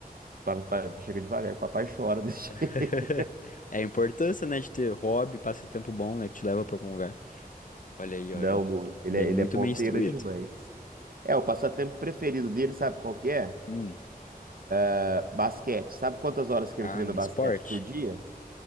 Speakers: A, on the right (about 65°); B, on the left (about 55°).
A: Para, para, chega devagar, papai chora desse
B: <laughs>
A: <laughs> jeito.
B: É a importância, né, de ter hobby, passatempo bom, né, que te leva pra algum lugar. Olha aí,
A: Não,
B: ó, já
A: mo, ele
B: bem,
A: é,
B: muito
A: ele é ponteira
B: bem instruído.
A: demais. É, o passatempo preferido dele, sabe qual que é?
B: Hum.
A: Ah, Basquete. Sabe quantas horas que
B: Ah,
A: ele treina
B: um
A: basquete
B: esporte?
A: por dia?